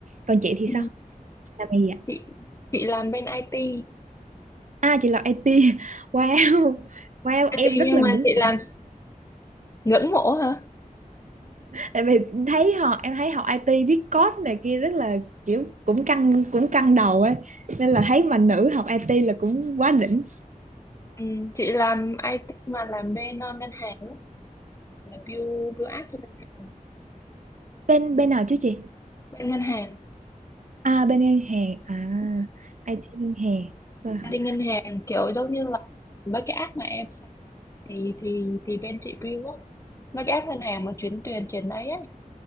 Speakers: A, on the right; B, on the left.
A: còn chị thì
B: Ừ.
A: sao làm gì
B: Chị chị làm bên IT.
A: À chị làm IT. <laughs> Wow.
B: Ờ,
A: Wow,
B: IT
A: em rất
B: nhưng
A: là
B: mà
A: ngưỡng
B: chị làm
A: mộ.
B: ngưỡng mộ hả?
A: Tại vì thấy họ em thấy học IT viết code này kia rất là kiểu cũng căng cũng căng đầu ấy. Nên là thấy mà nữ học IT là cũng quá đỉnh.
B: Ừ. Chị làm IT mà làm bên ờ, ngân hàng á, là build build app cho ngân hàng.
A: Bên bên nào chứ chị?
B: Bên ngân hàng,
A: À bên ngân hàng. À IT ngân hàng. Vâng.
B: đi ngân hàng kiểu giống như là mấy cái app mà em thì thì thì bên chị build á mấy cái app ngân hàng mà chuyến tiền chuyển đấy ấy